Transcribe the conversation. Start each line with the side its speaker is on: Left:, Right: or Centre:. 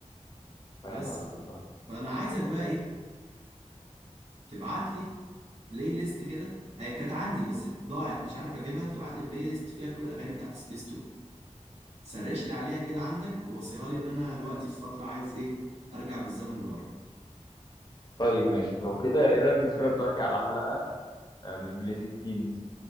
Left: فاهم
Right: بس
Left: قصدك اه
Right: فانا عايزك بقى ايه تبعت لي بلاي ليست كده هي كانت عندي بس ضاعت مش عارف اجيبها تبعت لي بلاي ليست فيها كل الاغاني بتاعت سبيستون سرش لي عليها كده عندك ووصيها لي ان انا دلوقتي في فترة عايز ايه ارجع بالزمن لورا
Left: طيب ماشي لو كده ايه رأيك نتفرج دلوقتي على حلقة آه، من بليزنج كيز